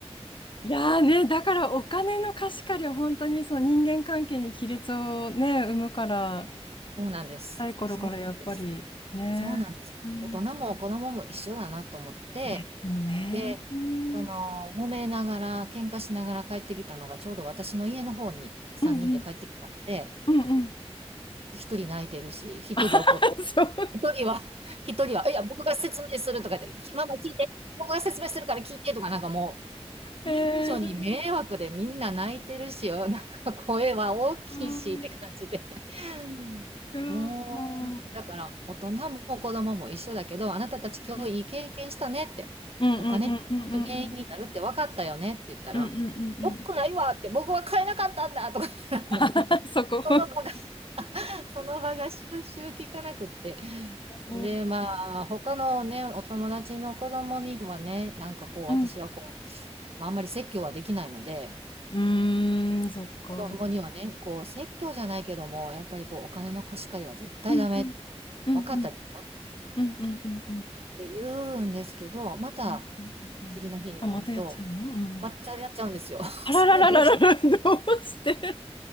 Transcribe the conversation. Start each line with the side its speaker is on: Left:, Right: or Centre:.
Left: いやーね、だからお金の貸し借りは本当にそう人間関係に亀裂をね、生むから。
Right: そうなんです。
Left: 若い頃からやっぱりね、
Right: そうなんです。そうなんです。
Left: うん、
Right: 大人も子供も一緒だなと思って、
Left: でもね、
Right: で、
Left: うん、
Right: その、
Left: うん、
Right: 揉めながら、喧嘩しながら帰ってきたのが、ちょうど私の家の方に3人で帰ってきたので、
Left: うん、うん、うん
Right: 一人泣いてるし、一人怒って、
Left: <laughs> そう、
Right: 一人は、<laughs> 一人は、いや、僕が説明するとかできママ聞いて、僕が説明するから聞いてとか、なんかもう、近所に迷惑でみんな泣いてるし、
Left: えー、
Right: <laughs> なんか声は大きいしって感じで。
Left: うん
Right: うんもう、
Left: うんうん
Right: だから大人も子供も一緒だけど、あなたたち今日いい経験したねって、
Left: うんうんうん
Right: お金って原因になるって分かったよねって言ったら、
Left: うんうんうんうん
Right: よくないわって、僕は買えなかったんだとか、<laughs>
Left: <laughs> うんそこ
Right: なんか、その場がその場が収集効かなくって。で、
Left: うん
Right: まあ、他のね、お友達の子供にはね、なんかこう、
Left: うん
Right: 私はこう、まあ、あんまり説教はできないので、
Left: うーんそっか
Right: 子供にはね、こう、説教じゃないけども、やっぱりこう、お金の貸し借りは絶対ダメ、
Left: うんうんうんうん
Right: 分かったでしょっ
Left: うんうんうんうんうん
Right: て言うんですけど、また
Left: うんうんあまたやっちゃうのうん
Right: 次の日になると、またやっちゃうんですよ。<laughs>
Left: あららららららどうして
Right: それどうし、